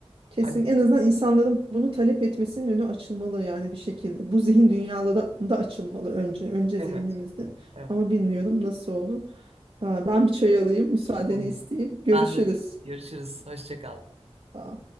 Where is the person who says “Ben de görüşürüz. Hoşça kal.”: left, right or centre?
Right